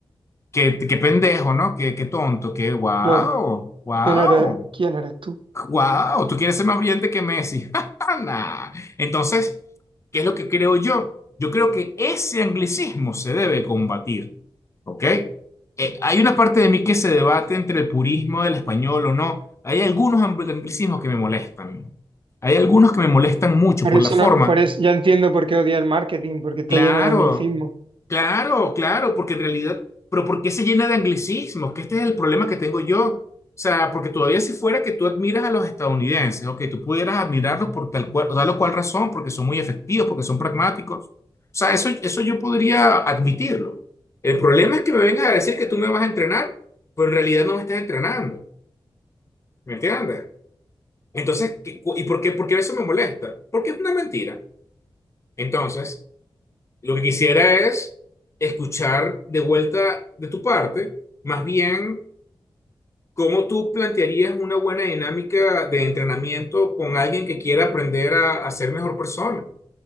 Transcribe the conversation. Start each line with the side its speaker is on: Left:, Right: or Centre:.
Left: Qué, qué pendejo, ¿no? Qué, qué tonto, qué wow,
Right: Claro.
Left: wow,
Right: ¿Quién eres, quién eres tú?
Left: wow. Tú quieres ser más brillante que Messi. <laughs> Nah. Entonces, ¿qué es lo que creo yo? Yo creo que ese anglicismo se debe combatir, ¿ok? Eh, hay una parte de mí que se debate entre el purismo del español o no. Hay algunos ang- anglicismos que me molestan. Hay algunos que me molestan mucho
Right: Por
Left: por
Right: eso,
Left: la forma.
Right: no- por eso ya entiendo por qué odia el marketing, porque está
Left: Claro.
Right: lleno de anglicismos.
Left: Claro, claro, porque en realidad, pero ¿por qué se llena de anglicismos? Que este es el problema que tengo yo. O sea, porque todavía si fuera que tú admiras a los estadounidenses, o que tú pudieras admirarlos por tal cual, tal o cual razón, porque son muy efectivos, porque son pragmáticos. O sea, eso, eso yo podría admitirlo. El problema es que me vengas a decir que tú me vas a entrenar, pero en realidad no me estás entrenando. ¿Me entiendes? Entonces, ¿qué- cu- ¿y por qué, por qué eso me molesta? Porque es una mentira. Entonces... Lo que quisiera es escuchar de vuelta de tu parte, más bien cómo tú plantearías una buena dinámica de entrenamiento con alguien que quiera aprender a, a ser mejor persona.